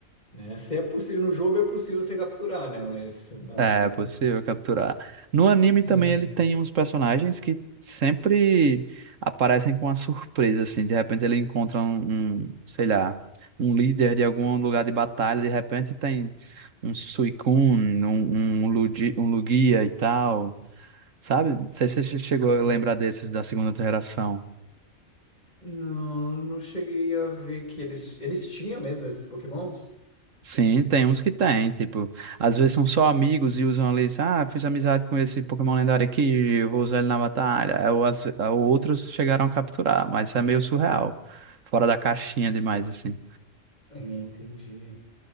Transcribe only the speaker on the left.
né? Se é possível, no jogo é possível você capturar, né? Mas.
ah,
uhum.
Da hora.
Não, não cheguei a ver que eles, eles tinham mesmo esses Pokémons.
Hum, Entendi.